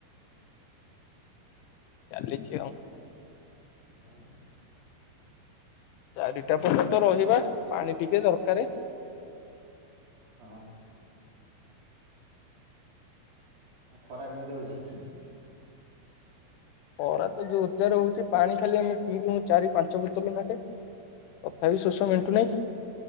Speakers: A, on the left (about 85°); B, on the right (about 50°).
A: ଚାଲିଛି ଆଉ।
B: ଅଁ।
A: ଚାରିଟା ପର୍ଯ୍ୟନ୍ତ ରହିବା ପାଣି ଟିକେ ଦରକାରେ।
B: ହଁ। ଆଉ ଖରା କେମିତି ହଉଚି?
A: ପରା ତ ଯୋର ଜାର ହଉଚି। ପାଣି ଖାଲି ଆମେ ପିଇଲୁୁ ଚାରି ପାଞ୍ଚ ବୋତଲୁ ନାଖେ। ତଥାପି ବି ଶୋଷ ମଣ୍ଟୁ ନାହିଁ।